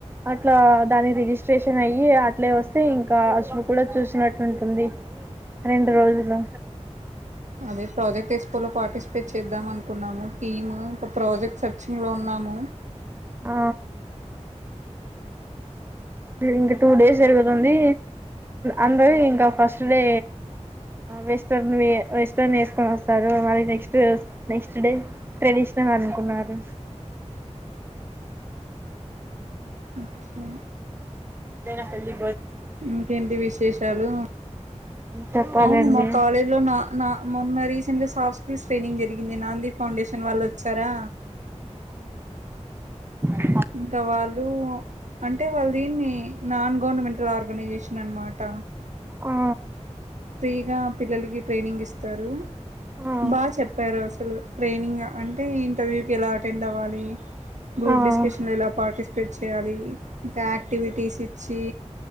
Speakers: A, on the right (about 20°); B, on the right (about 80°).
A: అట్లా దాని రిజిస్ట్రేషన్ అయ్యి అట్లే వస్తే ఇంకా అసలు కూడా చూసినట్టు ఉంటుంది రెండు రోజులు
B: అదే ప్రాజెక్ట్ ఎస్పోలో పార్టిసిపేట్ చేద్దాం అనుకున్నాము టీమ్ ఒక ప్రాజెక్ట్ సర్చింగ్ లో ఉన్నాము
A: ఆ ఇంకా టూ డేస్ జరుగుతుంది అందరు ఇంకా ఫస్ట్ డే వెస్ట్రన్ వెస్ట్రన్ వేసుకొని వస్తారు మళ్ళ నెక్స్ట్ నెక్స్ట్ డ ట్రెడిషనల్ అనుకున్నారు
B: అచ్చా
A: దేన పల్లి
B: ఇంకేంటి విశేషాలు
A: చెప్పాలండి
B: అవును మా కాలేజ్ లో నా నా మొన్న రీసెంట్ గా సాఫ్ స్కూల్స్ ట్రైనింగ్ జరిగింది నాంది ఫౌండేషన్ వాళ్ళ వచ్చారా
A: స
B: ఇంకా వాళ్ళు అంటే వాళ్ళు దీన్ని నాన్ గవర్నమెంటల్ ఆర్గనైజేషన్ అనమాట
A: ఆ
B: ఫ్రీగా పిల్లలకి ట్రైనింగ్ ఇస్తారు
A: ఆ
B: బా చెప్పారు అసలు ట్రైనింగ్ అంటే ఇంటర్వ్యూకి ఎలా అటెండ్ అవ్వాలి గ్రూప్
A: ఆ
B: డిస్కషన్లో ఇలా పార్టిసిపేట్ చేయాలి ఇంకా యాక్టివిటీస్ ఇచ్చి